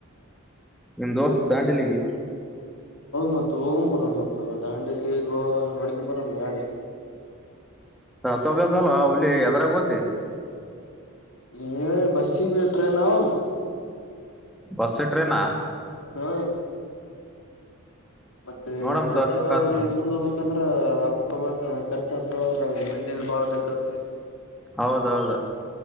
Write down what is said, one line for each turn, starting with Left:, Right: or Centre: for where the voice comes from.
Centre: ನಿಮ್ಮ ದೋಸ್ತ್ ದಾಂಡೆಲಿಗೆ
Left: ಮತ್ತೆ ಓಂ ಭರಮ ಮತ್ತೆ ದಾಂಡೇ ಗೋವಾ ನೋಡ್ಕೊಂಡ್ ಬರೋಣ ಎರಡು
Centre: ರೊಕ್ಕ ಬೇಕಲ್ಲ ಮೋದಿ ಎದುರಾಗಿ ಹೋಗ್ತಿ
Left: ನೀವೇ ಬಸ್ಸಿಗೆ ಬಿಟ್ಟರೆ ನಾನು
Centre: ಬಸು ಟ್ರೈನ
Left: ಹಾ ಮತ್ತೆ
Centre: ನೋಡಮ್
Left: ಪ್ರಸಾರ
Centre: ತಗೋ
Left: ಮತ್ತು ಚಂದ ಹೋಗ್ಬೇಕು ಯಾಕಂದ್ರ ರೊಕ್ಕ ಬಖರ್ಚ ಆತ ಮಂದನ್ ಬಾಳ್ ಬೇಕತ್ತೆ
Centre: ಹೌದೌದು